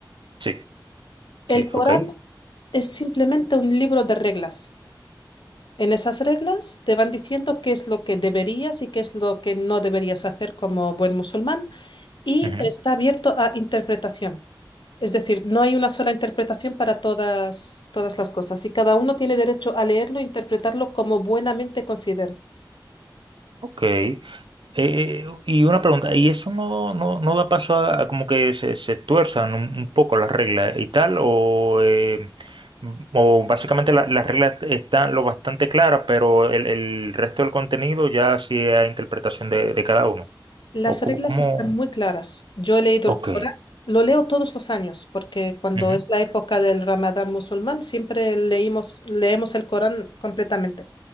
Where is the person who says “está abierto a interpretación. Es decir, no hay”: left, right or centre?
Left